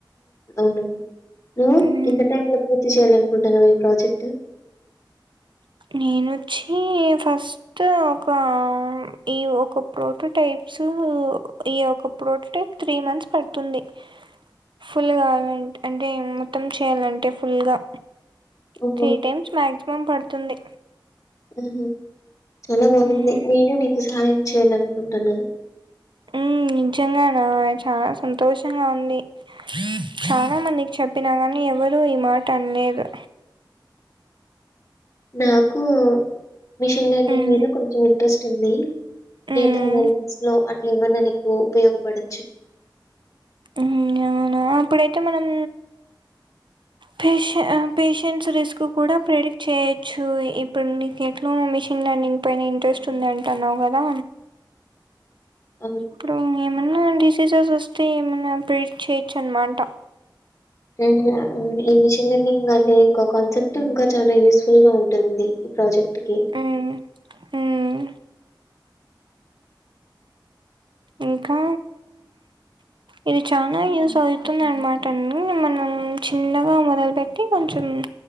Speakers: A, on the left; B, on the right.
A: అవును నువ్
B: మ్మ్
A: ఇంత టైం లో పూర్తి చేయలే కుంటాను ఈ ప్రాజెక్ట్
B: నేను వచ్చి ఫస్ట్ ఒక ఈ ఒక ప్రోటో టైప్స్ ఈ ఒక ప్రోటో త్రీ మంత్స్ పడుతుంది ఫుల్ కావాలంట అంటే మొత్తం చేయాలంటే ఫుల్గా
A: ఓహో!
B: త్రీ టైమ్స్ మాక్సిమం పడుతుంది
A: హుహు. చాలా బాగుంది
B: మ్మ్
A: నేను నీ సహాయం చేయాల అనుకుంటన్న
B: హమ్ నిజంగా నా చాలా సంతోషంగా ఉంది చాలా మందికి చెప్పినా కానీ ఎవరు ఈ మాట అనలేదు
A: నాకు మిషన్ లర్నింగ్
B: ఉమ్
A: మీద కొంచం ఇంట్రెస్ట్ ఉంది
B: ఉమ్
A: డేటా అనాలిసిస్ లో అట్లా ఏమైన్నా నీక్ ఉపయోగపడే
B: మ్మ్ అవునా అప్పుడైతే మనం పేష పేషెంట్స్ రిస్క్ కూడా ప్రిడిక్ట్ చేయొచ్చు ఇప్పుడు నీకు ఎట్లా మిషిన్ లెర్నింగ్ పైన ఇంట్రెస్ట్ ఉంది అంటు అన్నావు కదా
A: మ్మ్
B: ఇప్పుడు ఏమన్నా డిసీజెస్ వస్ కవేయమన్నారు ఏమనా ప్ర చేయచ్చ అనమాట
A: మ్మ్ ఈ మిషన్ లెర్నింగ్ అనే ఒక కాన్సెప్ట్ ఇంకా చాలా యూస్ఫుల్ గా ఉంటుంది ఈ ప్రాజెక్ట్ ఒటికె
B: ఉమ్ ఉమ్ ఇంకా ఇది చాలా యూజ్ అవుతుంది అనమాటన్ని మనం చిన్నగా మొదలుపెట్టి కొంచెం